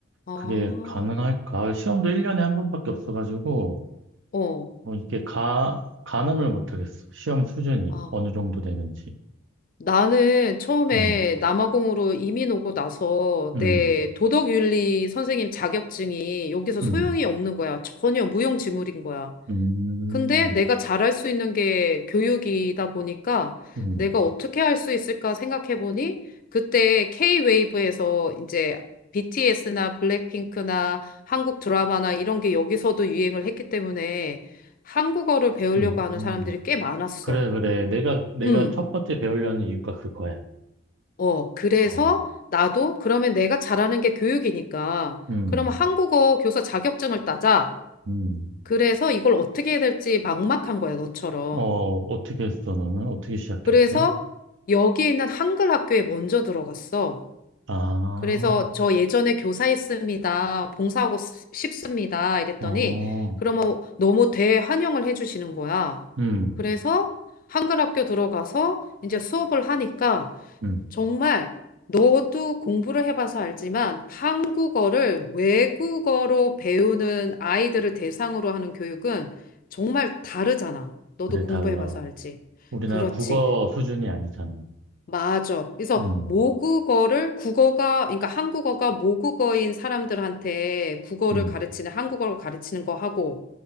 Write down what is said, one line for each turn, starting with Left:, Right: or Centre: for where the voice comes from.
Left: 아,
Right: 그게 가능할까? 시험도 1년에 한 번밖에 없어가지고
Left: 어,
Right: 어, 이게 가, 가늠을 못하겠어. 시험 수준이
Left: 아.
Right: 어느 정도 되는지.
Left: 나는 처음에
Right: 음,
Left: 남아공으로 이민 오고 나서
Right: 음,
Left: 내 도덕윤리 선생님 자격증이 여기서 소용이
Right: 음,
Left: 없는 거야. 전혀 무용지물인 거야.
Right: 음,
Left: 근데 내가 잘할 수 있는 게 교육이다 보니까
Right: 음,
Left: 내가 어떻게 할 수 있을까 생각해 보니 그때 K-웨이브에서 이제 BTS나 블랙핑크나 한국 드라마나 이런 게 여기서도 유행을 했기 때문에 한국어를 배우려고
Right: 음,
Left: 하는
Right: 음.
Left: 사람들이 꽤 많았어.
Right: 그래, 그래. 내가, 내가
Left: 음.
Right: 첫 번째 배우려는 이유가 그거야.
Left: 어, 그래서
Right: 어,
Left: 나도 그러면 내가 잘하는 게 교육이니까
Right: 음,
Left: 그러면 한국어 교사 자격증을 따자.
Right: 음.
Left: 그래서 이걸 어떻게 해야 될지 막막한 거야, 너처럼.
Right: 어, 어떻게 했어, 너는? 어떻게 시작했어?
Left: 그래서 여기 있는 한글 학교에 먼저 들어갔어.
Right: 아,
Left: 그래서 저 예전에 교사했습니다. 봉사하고 스- 싶습니다. 이랬더니
Right: 어,
Left: 그러면 너무 대환영을 해주시는 거야.
Right: 음.
Left: 그래서 한글 학교 들어가서 이제 수업을 하니까
Right: 음.
Left: 정말 너도 공부를 해봐서 알지만 한국어를 외국어로 배우는 아이들을 대상으로 하는 교육은 정말 다르잖아. 너도
Right: 그래,
Left: 공부해봐서
Right: 달러.
Left: 알지.
Right: 우리나라
Left: 그렇지.
Right: 국어 수준이 아니잖아.
Left: 맞아. 그래서
Right: 음,
Left: 모국어를 국어가, 그러니까 한국어가 모국어인 사람들한테 국어를
Right: 음,
Left: 가르치는, 한국어를 가르치는 거 하고,